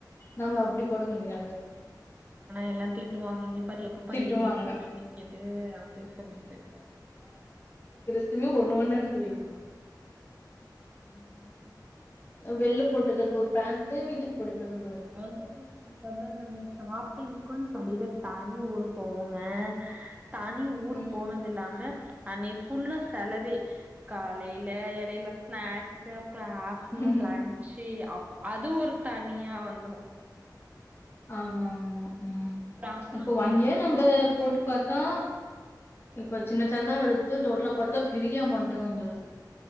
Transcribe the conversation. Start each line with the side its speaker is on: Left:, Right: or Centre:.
Left: நம்ம அப்புடி போட முடியாது
Right: எல்லாம் தீட்டு வாங்குங் இங்கபாரு எப்பபாரு
Left: திட்டுவாங்க.
Right: எப்படி போட்டுட்டு நிக்கிது அப்டினு சொல்லிட்டு
Left: சிம ஒண்ணு ஒண்ணு எடுத் த்த வெக்கினு
Right: சொல்லிட்டு
Left: அ வெள்ள போட்டுக்கற்துக்கு ஒரு பேண்ட்டு வீட்டுக்கு போட்டுக்கறதுக்கு
Right: அதுவு இல்லாம நம்ம ஷாப்பிங்குன் <unintelligible> ஊருக்கு போவோங்க தனி ஊரு
Left: ம்.
Right: போனது இல்லாம அன்னைக் ஃபுல்லா செலவு காலையில எடையில ஸ்நாக்ஸ் அப் அப்புறோ ஆஃப்டர்நூன்
Left: ஆ.
Right: லன்ஞ்சு அப் அது ஒரு தனியா ந்துரும்
Left: ஆமா ஆமா ம்
Right: அப்புறம்
Left: இப்ப
Right: அங்கேருந்து
Left: ஒன் இயர்
Right: இங்கேது
Left: நம்ப
Right: பாத்தா
Left: போட்டு பாத்தா இப்பத் சின்ன சந்தாவ எடுத்து டோட்டலா பாத்தா பெரிய அமௌண்டா வந்துரும்